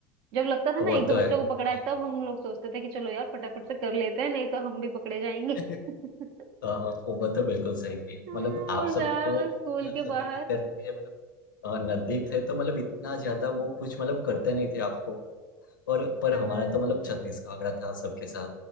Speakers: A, on the right; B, on the left.
A: जब लगता था ना
B: वो
A: एक दो
B: तो
A: बच्चों
B: है
A: को पकड़ा
B: हाँ
A: है तब हम लोग सोचते थे कि चलो यार फटाफट से कर लेते हैं नहीं तो हम भी पकड़े जाएंगे
B: <laughs>
A: <laughs>
B: हाँ हाँ, वो बात तो बिल्कुल सही की
A: हाँ,
B: मतलब आप
A: और
B: सब
A: यार
B: तो
A: वो स्कूल
B: मतलब
A: के
B: सभी
A: बाहर
B: टीचर के मतलब अ, नजदीक थे तो मतलब इतना ज्यादा वो कुछ मतलब करते नहीं थे आपको और पर
A: हाँ।
B: हमारा तो मतलब छत्तीस का आंकड़ा था सबके साथ